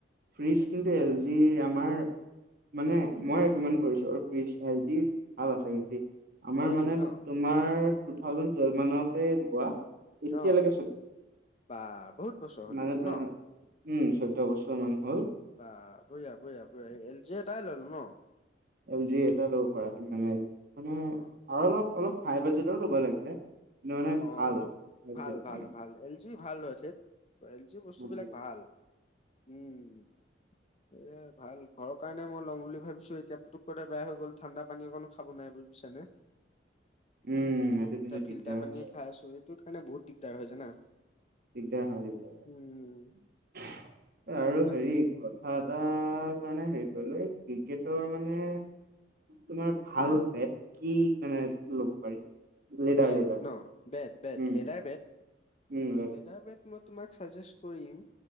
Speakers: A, on the right; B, on the left.
A: ফ্ৰিজ কিন্তু এল জি আমাৰ মানে মই ৰিকমেণ্ড কৰিছোঁ আৰু ফ্ৰি হেলডি ভাল আছে হ আমাৰ
B: এল
A: মানে
B: জি ন
A: তোমাৰ টু থাউজেণ্ড টুৱেলভ মানতে লোৱা এতিয়ালৈকে
B: অ
A: চৈ
B: বা বহুত বছৰ হ'ল
A: মানে
B: দেখোন
A: ত
B: ন
A: উম চৈধ্য বছৰ মান হল।
B: বা বঢ়িয়া বঢ়িয়া বঢ়িয়া এল জি এটাই ল'ল ন?
A: এল জি এটা ল'ব পৰা তুমি মানে মানে
B: অ
A: আৰু অলপ অলপ হাই বাজেটৰো ল'ব লাগিলে কিন্তু মানে ভাল
B: অ
A: এল
B: ভাল
A: জি টো
B: ভাল
A: মানে।
B: ভাল এল জি ভাল হয় ঠেত, এল জি বস্তুবিলাক
A: উম
B: ভাল। উম। এ ভাল ঘৰৰ কাৰণে মই লম বুলি ভাবিছো এতিয়া পুকতে বয়া হৈ গল ঠাণ্ডা পানী অকো খাব নাই বুজছা নে।
A: উম এটো কিন্ত দিগদাৰ
B: ফিল্টাৰ
A: হল।
B: <inaudible> কাৰণে বহুত দিগদাৰ হয় জানা?
A: দিগদাৰ হয় গৈছে
B: উম,
A: আৰু
B: উম, বাকী
A: হেৰি কথা এটাৰ কাৰণে হেৰি কৰিলো এই ক্ৰিকেটৰ মানে তোমাৰ ভাল বেট কি মানে লব পাৰি? লেডাৰ
B: বেট
A: লেডাৰ
B: ন বেট বেট
A: উম
B: লেডাৰ বেট।
A: উম। লেডাৰ
B: লেদাৰ বেত মই তোমাক চাজেষ্ট কৰিম,